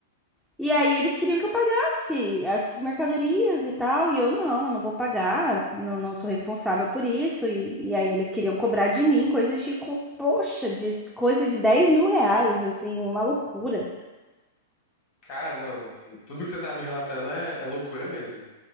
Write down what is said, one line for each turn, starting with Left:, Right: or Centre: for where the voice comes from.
Centre: E aí eles queriam que eu pagasse as mercadorias e tal, e eu não, eu não vou pagar, não, não sou responsável por isso. E, e aí eles queriam cobrar de mim coisas de, co- poxa, de coisa de 10 mil reais, assim, uma loucura.
Left: Cara, não, assim, tudo que você tá me relatando é, é loucura mesmo.